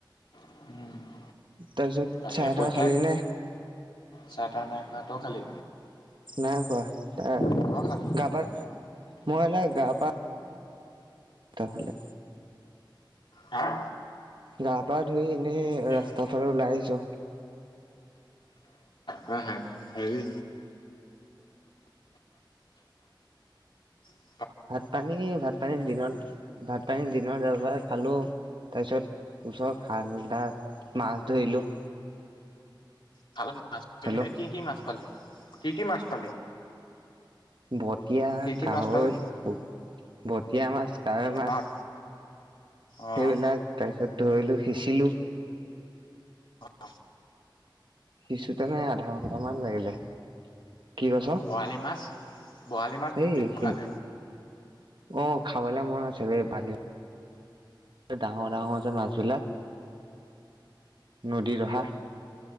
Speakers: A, on the left; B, on the right.
A: <inaudible>
B: তাৰপিছত
A: তাকে
B: চাহ -
A: পৰীক্ষাক
B: তাহ খালি নে?
A: চাহ - তাহ নাই খোৱা, তই খালি?
B: নাই খোৱা, এ
A: মই খালো।
B: গা পা, মই এই গা পা ত' হলে
A: হা?
B: গা পা ধুই এনেই
A: কি?
B: ৰাস্তাৰ ফালে ওলাই আহিছো।
A: হা হা হেৰি <unintelligible>
B: ভাত - পানী, ভাত পানী দিনত, ভাত পানী দিনত এবাৰ খালো। তাৰপিছত ওচৰত খালডাত মাছ ধৰিলোঁ।
A: খালত মাছ <unintelligible>
B: হেল্ল'
A: কি কি মাছ পালি? কি কি মাছ পালি?
B: বটিয়া,
A: কি কি
B: কাৱৈ,
A: মাছ পালে?
B: ব বটীয়া মাছ, কাৱৈ মাছ
A: অ' অ'
B: সেইবিলাক তাৰ পিছত ধৰিলো সিঁচিলো।
A: অ অ।
B: সিঁচোতেনে আধা ঘণ্টামান লাগিলে। কি কৈছ?
A: বৰালি মাছ বৰালি মাছ
B: সেই সি
A: খোৱা নাই।
B: অ খাবলে মন আছে বেই ভালি এ ডাঙৰ- ডাঙৰ যে মাছবিলাক নদীত অহা।